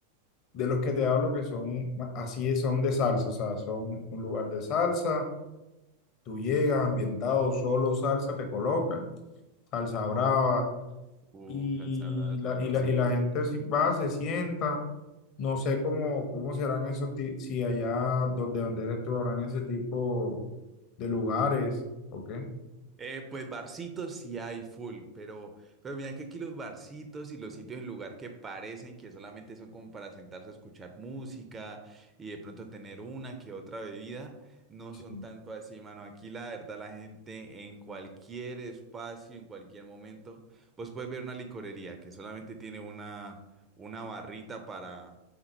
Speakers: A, on the left; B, on the right.
A: de los que te hablo que son ma- así, son de salsa, o sea, son un lugar de salsa, tú llegas ambientado, solo salsa te colocan, salsa brava,
B: Uh,
A: y
B: sabrá, sabrosa.
A: la, y la, y la gente si va, se sienta, no sé cómo, cómo serán esos, ti- si allá donde, donde eres tú habrán ese tipo de lugares, ¿ok?
B: Eh, pues barcitos sí hay full, pero, pero mira que aquí los barcitos y los sitios en lugar que parecen que solamente son como para sentarse a escuchar música y de pronto tener una que otra bebida, no
A: Sí,
B: son tanto así, mano. Aquí la verdad la gente en cualquier espacio, en cualquier momento, vos puedes ver una licorería que solamente tiene una, una barrita para,